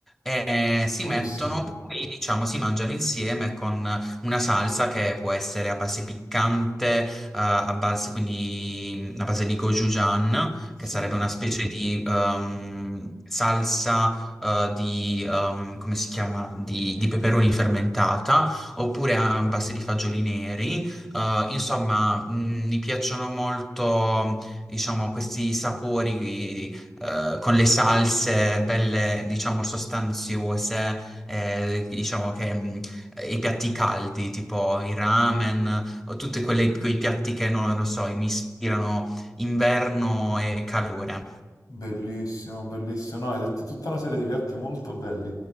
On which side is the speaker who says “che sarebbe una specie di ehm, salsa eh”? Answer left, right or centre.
Centre